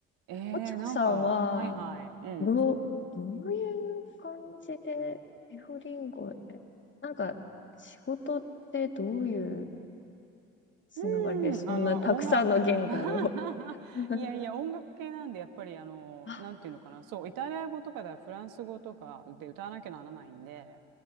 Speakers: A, on the right (about 70°); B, on the left (about 30°).
A: ええなんか、
B: おちょさんは、
A: はいはい。うん。
B: どう、どういう感じで、エフリンゴへ、なんか、仕事ってどういうつながりで、
A: うん、
B: そんなたくさんの言語を
A: あの、音楽、<laughs>
B: <laughs>
A: いやいや、音楽系なんで、やっぱり、あの、
B: あ、
A: なんていうのかな、そう、イタリア語とかだ、フランス語とかで歌わなきゃならないんで、